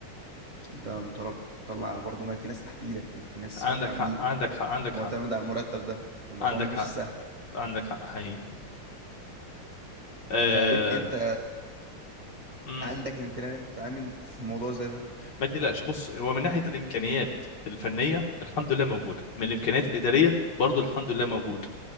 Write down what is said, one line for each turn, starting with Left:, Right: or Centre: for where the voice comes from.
Right: انت مطالب تطلع برضه ما في ناس تحت ايدك يعني في ناس
Left: عندك
Right: فاتحة بيوت
Left: حق عندك حق عندك
Right: معتمدة
Left: حق
Right: على المرتب ده الموضوع
Left: عندك
Right: مش
Left: حق
Right: سهل
Left: عندك حق حقيقي آه...
Right: فانت انت
Left: م.
Right: عندك الامكانية ان انت تتعامل في موضوع زي ده
Left: ما تقلقش بص هو من ناحيه الامكانيات الفنيه الحمد لله موجوده من الامكانيات الاداريه
Right: امم
Left: برضو الحمد لله موجوده